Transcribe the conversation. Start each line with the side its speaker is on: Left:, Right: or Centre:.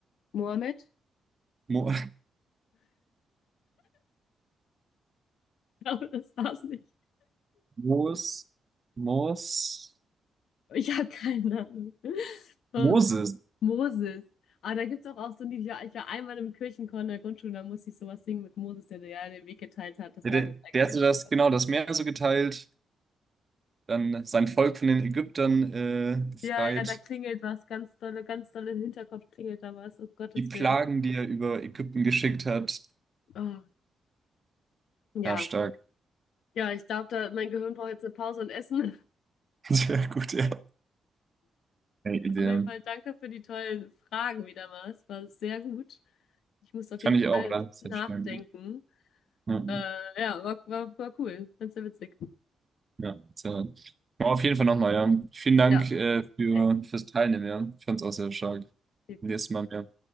Left: Mohammed?
Right: Mo,
Left: Ich glaube, das war's nicht.
Right: <laughs> Mos, Mos,
Left: Ich habe keine Ahnung. Oh.
Right: Moses.
Left: Moses. Aber da gibt es auch, auch so ein Lied, ich war, ich war einmal im Kirchenchor in der Grundschule, da musste ich sowas singen mit Moses, der, ja den Weg geteilt hat, das
Right: Der,
Left: Lager
Right: der
Left: geteilt
Right: der hatte das,
Left: hat.
Right: genau, das Meer so geteilt, dann sein Volk von den Ägyptern äh, befreit,
Left: Ja, ja, da klingelt was, ganz dolle, ganz dolle im Hinterkopf klingelt da was, um Gottes
Right: die Plagen,
Left: Willen.
Right: die er über Ägypten geschickt hat.
Left: Oh, ja,
Right: Ja, stark.
Left: ja, ich glaube, da, mein Gehirn braucht jetzt eine Pause und Essen. <laughs>
Right: <laughs> Sehr gut, ja. Hey, Idee.
Left: Auf jeden Fall danke für die tollen Fragen wieder mal, es war sehr gut. Ich muss auf
Right: Fand
Left: jeden
Right: ich
Left: Fall
Right: auch, oder? Sehr
Left: nachdenken.
Right: stark. Ja.
Left: Äh, ja, war, war, war cool, ganz sehr witzig.
Right: Ja, sehr. Aber auf jeden Fall nochmal, ja. Vielen Dank
Left: Ja,
Right: äh, für,
Left: okay,
Right: fürs Teilnehmen, ja. Ich fand's auch sehr stark.
Left: geht
Right: Nächstes
Left: so.
Right: Mal mehr.